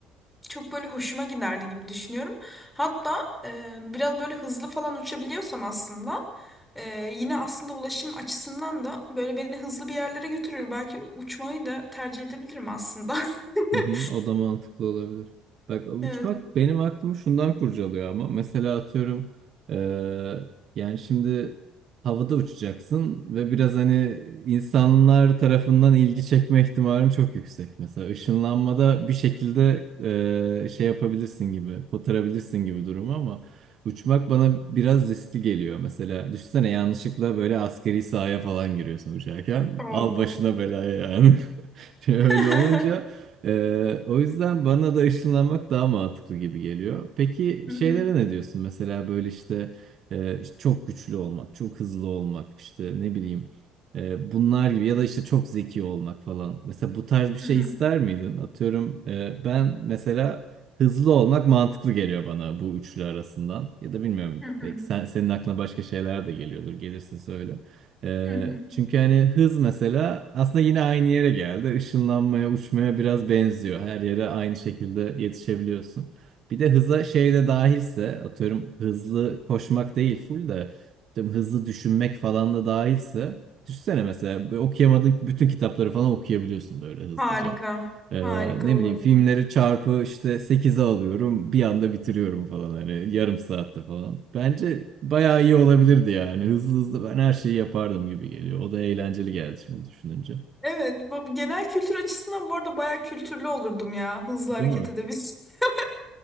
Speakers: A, in the centre; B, on the right.
A: çok böyle hoşuma giderdi gibi düşünüyorum. Hatta e, biraz böyle hızlı falan uçabiliyorsam aslında e, yine aslında ulaşım açısından da böyle beni hızlı bir yerlere götürür. Belki uçmayı da tercih edebilirim aslında. <laughs>
B: Hı hı, o da mantıklı olabilir. Bak uçmak
A: Evet.
B: benim aklımı şundan kurcalıyor ama mesela atıyorum eee, yani şimdi havada uçacaksın ve biraz hani insanlar tarafından ilgi çekme ihtimalin çok yüksek. Mesela ışınlanmada bir şekilde eee, şey yapabilirsin gibi, kotarabilirsin gibi durumu ama uçmak bana biraz riskli geliyor. Mesela düşünsene yanlışlıkla böyle askeri sahaya falan giriyorsun uçarken
A: Oo.
B: al başına belaya yani. <laughs> <laughs> öyle
A: <laughs>
B: olunca e, o yüzden bana da ışınlanmak daha mantıklı gibi geliyor. Peki
A: Hı
B: şeylere
A: hı,
B: ne diyorsun? Mesela böyle işte e, işte çok güçlü olmak, çok hızlı olmak, işte ne bileyim e, bunlar gibi ya da işte çok zeki olmak falan. Mesela bu tarz bir şey
A: hı hı,
B: ister miydin? Atıyorum e, ben mesela hızlı olmak mantıklı geliyor bana bu üçlü arasından. Ya da bilmiyorum
A: hı hı,
B: belki sen, senin aklına başka şeyler de geliyordur. Gelirsin söyle. Ee,
A: hı hı.
B: çünkü hani hız mesela aslında yine aynı yere geldi. Işınlanmaya, uçmaya biraz benziyor. Her yere aynı şekilde yetişebiliyorsun. Bir de hıza şey de dahilse, atıyorum hızlı koşmak değil full de atıyorum hızlı düşünmek falan da dahilse. Düşünsene mesela böyle okuyamadığın bütün kitapları falan okuyabiliyorsun böyle hızlıca.
A: Harika.
B: Ee,
A: Harika
B: ne
A: olurdu.
B: bileyim filmleri çarpı işte sekize alıyorum bir anda bitiriyorum falan hani yarım saatte falan. Bence bayağı iyi olabilirdi yani hızlı hızlı ben her şeyi yapardım gibi geliyor. O da eğlenceli geldi şimdi düşününce.
A: Evet, bu genel kültür açısından bu arada bayağı kültürlü olurdum ya hızlı hareket
B: Değil mi?
A: edebilsin. <laughs>